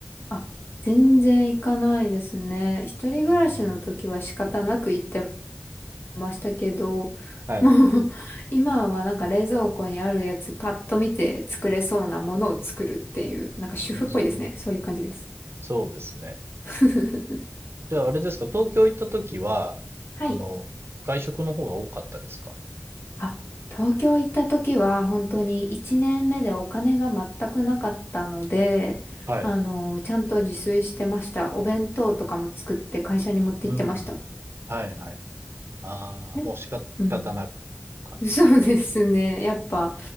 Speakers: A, on the left (about 70°); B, on the right (about 75°).
A: あ、全然行かないですね。一人暮らしの時は仕方なく行って
B: うーん。う
A: ましたけど、
B: はい。
A: もう <laughs> 今はなんか冷蔵庫にあるやつパッと見て作れそうなものを作るっていう、なんか主婦っぽいですね。
B: うーん。
A: そういう感じです。
B: そうですね。
A: <laughs>
B: じゃあ、あれですか、東京行った時は、
A: はい。
B: あの、外食の方が多かったですか
A: あ、東京行った時は本当に1年目でお金が全くなかったので、
B: はい。
A: あの、ちゃんと自炊してました。お弁当とかも作って会社に持って行ってました。
B: うん。はいはい。ああ、
A: ね
B: もうしか、
A: うん。
B: 仕方なくっていう感じです
A: <laughs> そうですね。やっぱ、